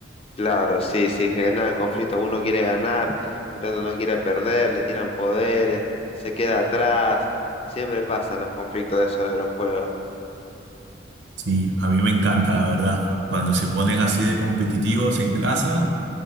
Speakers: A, on the left; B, on the right.
A: Claro, sí, sí, genera el conflicto. Uno quiere ganar, el otro no quiere perder, le tiran poderes, se queda atrás. Siempre pasan los conflictos de eso de los juegos.
B: Sí, a mí me encanta, la verdad. Cuando se ponen así de competitivos en casa,